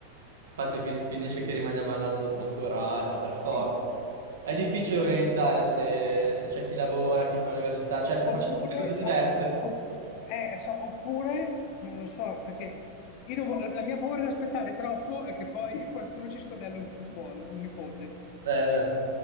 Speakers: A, on the right; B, on the left.
A: Infatti fi- finisce che rimaniamo all'anno dopo ancora, eh, ma per forza.
B: sì,
A: È difficile organizzare se, se c'è chi lavora, chi fa università, cioè beh, facciamo
B: Oppure,
A: tutte cose diverse.
B: op- op- eh, so- oppure, non lo so, perché io non vo- la la mia paura di aspettare troppo è che poi <laughs> qualcuno ci scodella un figliuolo, un nipote.
A: Eh, eh.